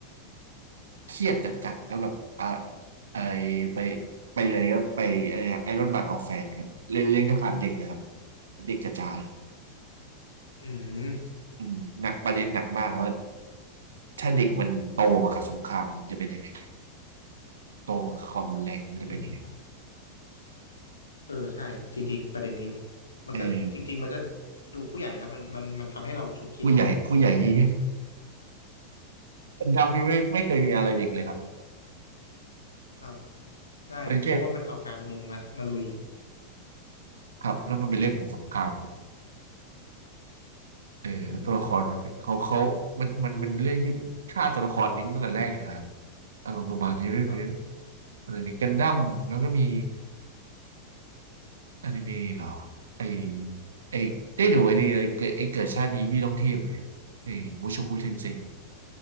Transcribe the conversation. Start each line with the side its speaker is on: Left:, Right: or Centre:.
Right: เครียดจัดๆแล้วแบบอ่ะไอไปไปเลยก็ไปไอรอนบัตออกแฟนครับเล่นเรื่องทหารเด็กเลยครับเด็กจ๋าๆเลย
Left: อืม
Right: อืมหนักประเด็นหนักมากว่าถ้าเด็กมันโตมากับสงครามมันจะเป็นยังไงโตมากับความรุนแรงมันจะเป็นยังไง
Left: อืมเออใช่จริงๆประเด็นนี้มันก็จริงๆมันก็
Right: เออ
Left: ดูผู้ใหญ่นะมันมันมันทำให้เราฉุกคิด
Right: ผู้ใหญ่ผู้ใหญ่ที่คนดำนี่ไม่ไม่เคยมีอะไรเด็กเลยครับ
Left: ครับใช่เพราะว่ามันเอาการเมืองมามาลุย
Right: เป็นแค่ครับแล้วมันเป็นเรื่องของสงครามครับเออแล้วตัวละครมันเขาเขามันมันมันเรื่องที่ฆ่าตัวละครทิ้งตั้งแต่แรกอยู่นะครับ
Left: อืม
Right: อารมณ์ประมาณนี้หรือ
Left: ครับ
Right: อะไรนี่กันดั้มแล้วก็มีอนิเมะเหรอไอไอได้ดูไอนี่ไอเกิดไอเกิดชาตินี้พี่ต้องเทียบไหมครับไอบูโชคุเทนเซ